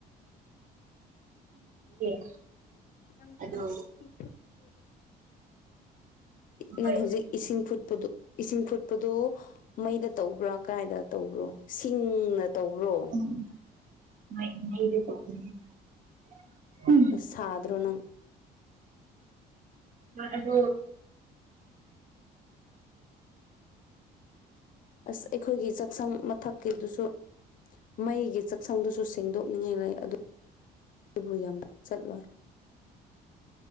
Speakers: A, on the right; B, on the left.
A: <inaudible>
B: ꯅꯪ ꯍꯧꯖꯤꯛ
A: ꯑ <unintelligible>
B: ꯏꯁꯤꯡ ꯅꯪ
A: ꯍꯣꯏ
B: ꯍꯧꯖꯤꯛ <unintelligible> ꯏꯁꯤꯡ ꯐꯨꯠꯄꯗꯨ, ꯏꯁꯤꯡ ꯐꯨꯠꯄꯗꯨ ꯃꯩꯗ ꯇꯧꯕ꯭ꯔꯥ ꯀꯥꯏꯗ ꯇꯧꯕ꯭ꯔꯣ, ꯁꯤꯡꯅ ꯇꯧꯕ꯭ꯔꯣ?
A: <inaudible>
B: ꯁꯥꯗ꯭ꯔꯣ ꯅꯪ?
A: ꯑꯗꯨ <unintelligible>
B: ꯑꯁ ꯑꯩꯈꯣꯏꯒꯤ ꯆꯥꯛꯁꯪ ꯃꯊꯛꯀꯤꯗꯨꯁꯨ, ꯃꯩꯒꯤ ꯆꯥꯛꯁꯪꯗꯨꯁꯨ ꯁꯦꯡꯗꯣꯛꯅꯤꯡꯉꯥꯏ ꯂꯩ ꯑꯗꯣ, ꯑꯗꯨꯕꯨ ꯌꯥꯝ ꯆꯠꯂꯣꯏ꯫